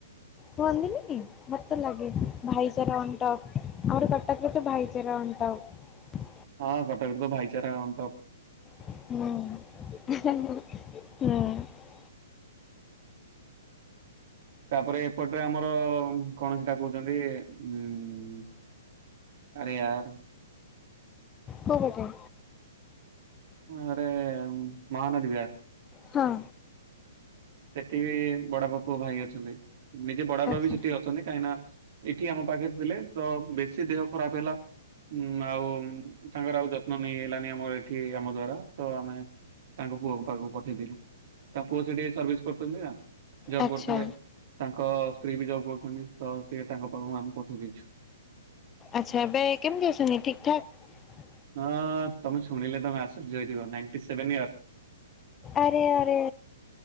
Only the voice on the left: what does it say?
ହୁଅନ୍ତି ନି କି ମୋତେ ଲାଗେ ଭାଇଚାରା ଅନ୍ ଟପ୍। ଆମର କଟକରେ ତ ଭାଇଚାରା ଅନ ଟପ୍।
ହୁଁ ହୁଁ।
କୋଉ କଥା
ହଁ।
ଆଚ୍ଛା।
ଆଚ୍ଛା
ଆଚ୍ଛା ଏବେ କେମତି ଅଛନ୍ତି ଠିକ୍ ଠାକ୍
ଆରେ ଆରେ।